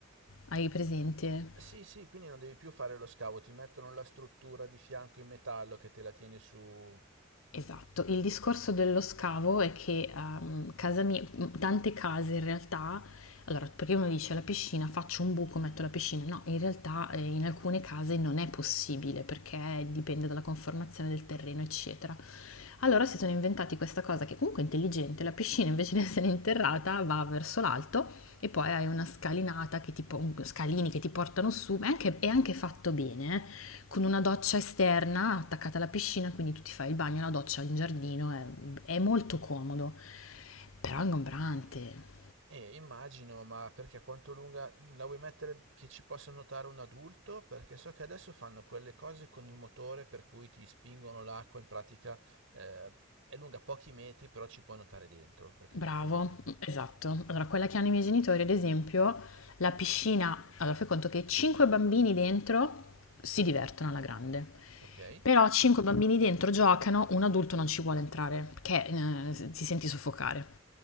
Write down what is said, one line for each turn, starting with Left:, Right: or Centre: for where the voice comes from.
Left: hai presente?
Right: Sì, sì, quindi non devi più fare lo scavo, ti mettono la struttura di fianco in metallo che te la tiene su
Left: Esatto, il discorso dello scavo è che ehm, casa mia, m- tante case in realtà, allora perché uno dice la piscina, faccio un buco, metto la piscina, no, in realtà eh, in alcune case non è possibile perché dipende dalla conformazione del terreno, eccetera. Allora si sono inventati questa cosa che comunque è intelligente, la piscina invece di essere interrata va verso l'alto e poi hai una scalinata che ti, po- scalini che ti portano su, ma è anche, è anche fatto bene, eh, con una doccia esterna attaccata alla piscina, quindi tu ti fai il bagno, la doccia in giardino, è, è molto comodo, però è ingombrante.
Right: Eh, immagino, ma perché quanto lunga la vuoi mettere che ci possa nuotare un adulto? Perché so che adesso fanno quelle cose con il motore per cui ti spingono l'acqua, in pratica eh, è lunga pochi metri, però ci puoi nuotare dentro, perché
Left: Bravo,
Right: ti fanno...
Left: mh, esatto. Allora, quella che hanno i miei genitori, ad esempio, la piscina, allora fai conto che 5 bambini dentro si divertono alla grande,
Right: Ok,
Left: però 5 bambini dentro giocano, un adulto non ci vuole entrare perché eh, ti senti soffocare.